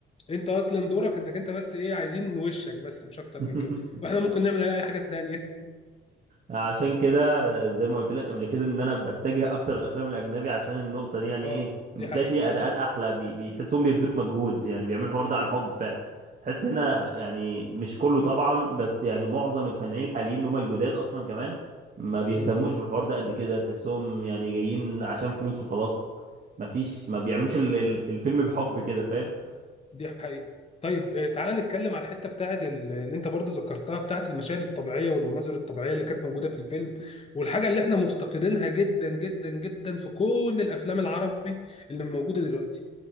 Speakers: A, on the left; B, on the right.
A: انت اصلا دورك انك انت بس ايه عايزين وشك بس مش اكتر
B: <laughs>
A: من كده واحنا ممكن نعمل عليه اي حاجه تانيه
B: عشان كده آه، زي ما قلت لك قبل كده ان انا بتجه اكتر للافلام الاجنبي عشان النقطه دي يعني
A: اه
B: ايه
A: دي
B: بتلاقي
A: حقيقه
B: فيها اداءات احلى بي- بيحسهم بيبذلوا
A: مم.
B: مجهود يعني بيعملوا الحوار
A: مم.
B: ده عن حب فعلا تحس هنا يعني مش كله طبعا بس يعني معظم الفنانين الحاليين اللي هم الجداد اصلا كمان ما بيهتموش
A: مم.
B: بالحوار ده قد كده تحسهم يعني جايين عشان فلوس وخلاص ما فيش ما بيعملوش ال- ال- الفيلم بحب كده فاهم
A: دي حقيقة طيب آه، تعالى نتكلم على الحتة بتاعت ال- اللي انت برضو ذكرتها بتاعت المشاهد الطبيعية والمناظر الطبيعية اللي كانت موجودة في الفيلم والحاجة اللي احنا مفتقدينها جدا جدا جدا في كل الافلام العربي اللي موجودة دلوقتي